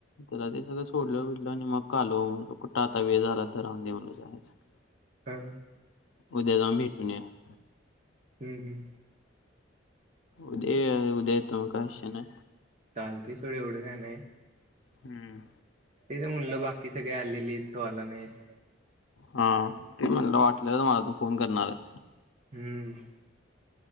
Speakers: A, on the left; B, on the right.
A: त्याला ते सगळं सोडलं विडल आणि मग आलो म कुट आत वेळ झाला तर राहूंदे म्हणल जायाचं. <inaudible>
B: हा.
A: उद्या जाऊन भेटून येवुया.
B: हम् हम्.
A: उद्या उद्या येतो मी काय विषय नई.
B: चालतय सोड एवढं काय नाही.
A: हम्म.
B: तेच म्हणलं बाकी सगळे आलेली तो आला नाहीस?
A: हा ते म्हणलं वाटलेलच मला तू फोन करणारच.
B: हम्म.